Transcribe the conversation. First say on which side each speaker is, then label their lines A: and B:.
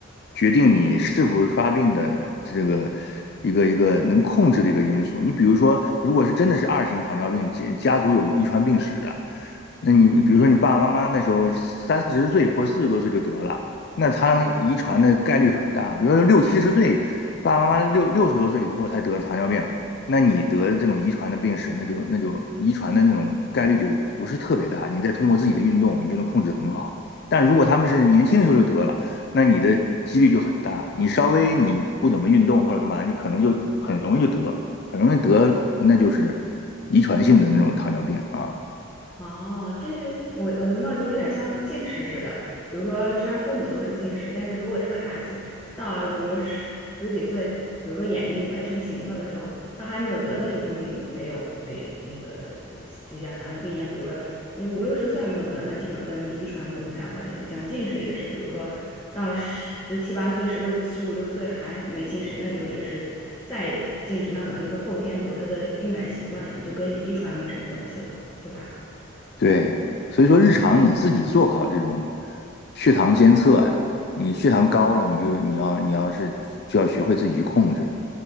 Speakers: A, on the left (about 50°); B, on the left (about 20°).
A: 决定你是不是发病的这个一个一个能控制的一个因素。你比如说，如果是真的是二型糖尿病，家家族有遗传病史的，那你比如说你爸爸妈妈那时候三四十岁或四十多岁就得了，那他遗传的概率很大。比如说六七十岁，爸爸妈妈六六十多岁以后才得了糖尿病，那你得这种遗传的病史，那就那就遗传的那种概率就不是特别大。你再通过自己的运动，你就能控制很好。但如果他们是年轻的时候就得了，那你的几率就很大。你稍微你不怎么运动或者干嘛，你可能就很容易就得，很容易得，那就是遗传性的那种糖尿病啊。
B: 哦，这就我呃，那就有点像近视似的。比如说，虽然父母都是近视，但是如果这个孩子到比如十十几岁，比如说眼睛快成型了的时候，他还没有得，那就说明没有被那个，就像糖尿病一样，比如说那五六十岁还没有得，那基本跟遗传没有什么太大关系。像近视也是，比如说到十七八岁、十六十五六岁还没近视，那就也是再近视，那可能就是后天，比如他的用眼习惯什么，就跟遗传没什么关系了，对吧？
A: 对，所以说日常你自己做好这种血糖监测呀，你血糖高了，你就你要你要是就要学会自己去控制，